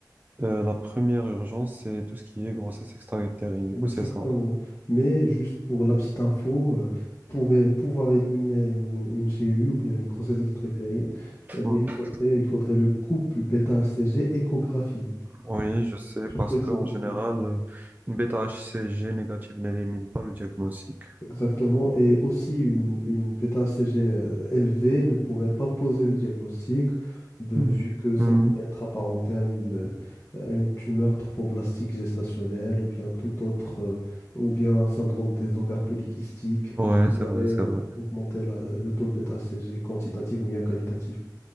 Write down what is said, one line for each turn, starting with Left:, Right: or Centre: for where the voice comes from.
Right: euh, la première urgence, c'est tout ce qui est grossesse extra-utérine. Du
Left: Exactement.
Right: coup, c'est ça.
Left: Mais juste pour la petite info, euh, pour euh, pouvoir éliminer une, une GU ou bien une grossesse extra-utérine, eh ben,
Right: Mhm.
Left: il faudrait, il faudrait le couple bêta-HCG échographie,
Right: Oui, je sais,
Left: surtout
Right: parce
Left: échographie.
Right: qu'en général, euh, une bêta-HCG négative n'élimine pas le diagnostic.
Left: Exactement. Et aussi, une, une bêta-HCG euh, élevée ne pourrait pas poser le diagnostic, ben,
Right: Hmm.
Left: vu que ça
Right: Mhm.
Left: pourrait être apparenté à une, euh, à une tumeur trophoblastique gestationnelle ou bien tout autre, euh, ou bien un syndrome des ovaires polykystiques
Right: Ouais,
Left: qui
Right: c'est
Left: pourrait
Right: vrai, c'est
Left: euh,
Right: vrai.
Left: augmenter la- le taux de bêta-HCG quantitatif ou bien qualitatif.